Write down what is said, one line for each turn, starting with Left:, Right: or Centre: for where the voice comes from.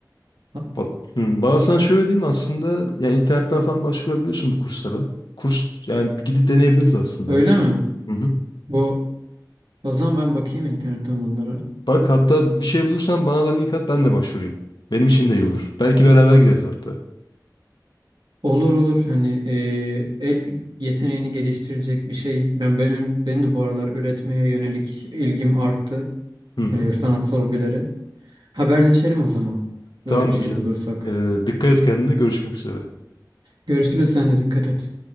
Right: Ha,
Left: Ba- Hı, Valla sana şöyle diyeyim aslında ya internetten falan başvurabiliyorsun bu kurslara. Kurs yani bir gidip deneyebiliriz aslında
Right: Öyle
Left: ya.
Right: mi?
Left: Hı hı.
Right: Bu o zaman ben bakayım internetten bunlara.
Left: Bak hatta bir şey bulursan bana da link at ben de başvurayım. Benim için de iyi olur. Belki beraber gideriz hatta.
Right: Olur olur hani e, el yeteneğini geliştirecek bir şey. Ben benim benim de bu aralar üretmeye yönelik ilgim arttı
Left: Hı hı.
Right: e, sanatsal hobilere. Haberleşelim o zaman. Böyle
Left: Tamamdır
Right: bir şey
Left: canım.
Right: bulursak.
Left: E, dikkat et kendine görüşmek üzere.
Right: Görüşürüz sen de dikkat et.